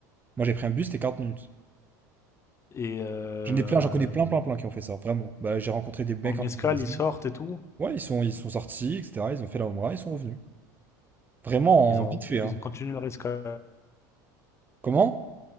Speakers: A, on the right (about 20°); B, on the left (about 30°).
A: Moi, j'ai pris un bus, c'était 40 minutes.
B: Et euh,
A: J'en ai plein, j'en connais plein, plein, plein qui ont fait ça, vraiment. Bah, j'ai rencontré des
B: ils
A: mecs
B: font une
A: en
B: escale,
A: Indonésie.
B: ils sortent et tout.
A: Ouais, ils sont, ils sont sortis, etc. Ils ont fait la Oumra, ils sont revenus. Vraiment,
B: Ils
A: en
B: ont,
A: vite fait, hein.
B: ils ont continué leur escale.
A: Comment?